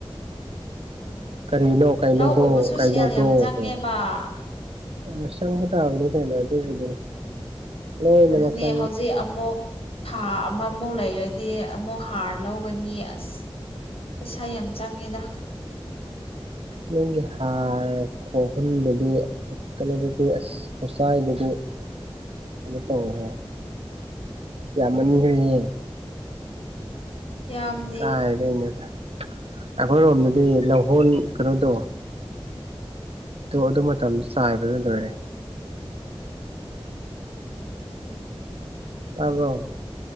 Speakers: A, on the left (about 75°); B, on the right (about 75°).
A: ꯎꯝ
B: ꯀꯔꯤꯅꯣ ꯀꯩꯅꯣꯗꯣ
A: ꯂꯧ ꯎꯕꯁꯨ ꯁꯦꯜ
B: ꯀꯩꯅꯣꯗꯣꯗꯤ
A: ꯌꯥꯝ ꯆꯪꯉꯦꯕ
B: ꯃꯤꯆꯪꯕ ꯇꯥꯕꯅꯤ ꯀꯩꯅꯣ ꯑꯗꯨꯕꯨꯗꯤ ꯂꯣꯏꯅꯃꯛ
A: ꯑꯗꯨꯅꯦ
B: ꯆꯪꯕ
A: ꯍꯧꯖꯤꯛ ꯑꯃꯨꯛ ꯊꯥ ꯃꯃꯨ ꯂꯩꯔꯗꯤ ꯑꯃꯨꯛ ꯍꯥꯔ ꯂꯧꯒꯅꯤ ꯑꯁ ꯄꯩꯁꯥ ꯌꯥꯝ ꯆꯪꯉꯤꯗ
B: ꯌꯨꯝꯒꯤ ꯍꯥꯔ ꯈꯣꯛꯍꯟꯕꯗꯤ ꯀꯩꯅꯣꯗꯨꯗꯤ ꯑꯁ ꯁꯋꯥꯥꯏꯗꯗꯤ ꯀꯩꯅꯣ ꯇꯧꯋꯦꯍꯦ
A: ꯍꯣꯏ
B: ꯌꯥꯝꯃꯟꯒ꯭ꯔꯦꯍꯦ
A: ꯌꯥꯝꯗꯦ
B: ꯀꯥꯏꯗꯩꯅꯣꯗ ꯑꯩꯈꯣꯏꯔꯣꯝꯗꯗꯤ ꯂꯧꯍꯣꯟ ꯀꯩꯅꯣꯗꫭ ꯑꯗꯨ ꯃꯇꯝꯗ ꯆꯥꯏꯕꯗꯨ ꯂꯣꯏꯔꯦ
A: ꯑꯣ
B: ꯇꯥꯕ꯭ꯔꯣ